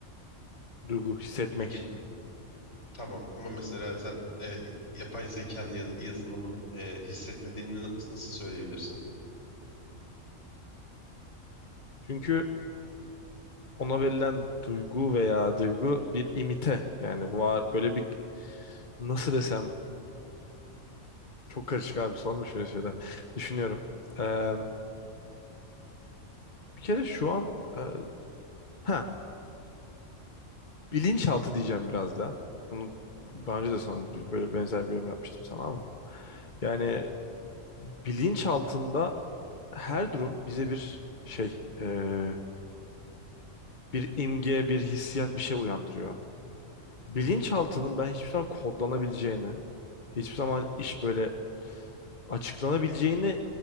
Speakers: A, on the left (about 40°); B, on the left (about 60°).
A: Duygu, hissetmek.
B: Peki tamam ama mesela sen ee, yapay zekanın ya da yazılımın ee, hissetmediğini na- nasıl söyleyebilirsin?
A: Çünkü ona verilen duygu veya duygu bir imite. Yani var böyle bir nasıl desem çok karışık abi sorma şöyle şeyler. Düşünüyorum. Ee, bir kere şu an e, ha bilinçaltı diyeceğim biraz da. Bunu daha önce de sana bir- böyle benzer bir yorum yapmıştım sana ama. Yani bilinçaltında her durum bize bir şey, eee, bir imge, bir hissiyat, bir şey uyandırıyor. Bilinçaltının ben hiçbir zaman kodlanabileceğini, hiçbir zaman iş böyle açıklanabileceğini